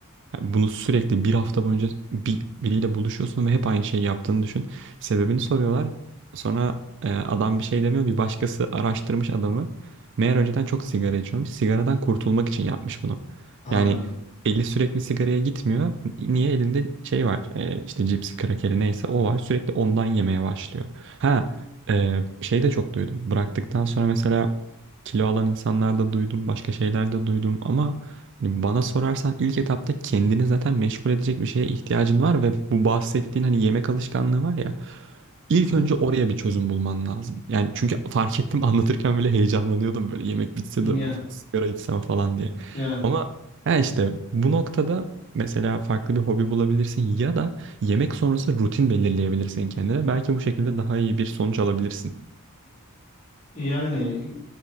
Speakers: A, on the right; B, on the left.
A: Yani bunu sürekli bir hafta boyunca bir, biriyle buluşuyorsun ve hep aynı şeyi yaptığını düşün. Sebebini soruyorlar. Sonra e, adam bir şey demiyor. Bir başkası araştırmış adamı. Meğer önceden çok sigara içiyormuş. Sigaradan kurtulmak için yapmış bunu.
B: Anladım.
A: Yani eli sürekli sigaraya gitmiyor. Niye? Elinde şey var. E, işte cipsi, krakeri neyse o var. Sürekli ondan yemeye başlıyor. Ha e, şey de çok duydum. Bıraktıktan sonra mesela kilo alan insanlarda duydum. Başka şeyler de duydum. Ama yani bana sorarsan ilk etapta kendini zaten meşgul edecek bir şeye ihtiyacın var ve bu bahsettiğin hani yemek alışkanlığı var ya ilk
B: Hı
A: önce
B: hı.
A: oraya bir çözüm bulman lazım. Yani çünkü fark ettim <laughs> anlatırken bile heyecanlanıyordum böyle yemek bitse
B: Yani,
A: de of, bir sigara içsem falan diye.
B: yani,
A: Ama ha işte bu noktada mesela farklı bir hobi bulabilirsin ya da yemek sonrası rutin belirleyebilirsin kendine. Belki bu şekilde daha iyi bir sonuç alabilirsin.
B: yani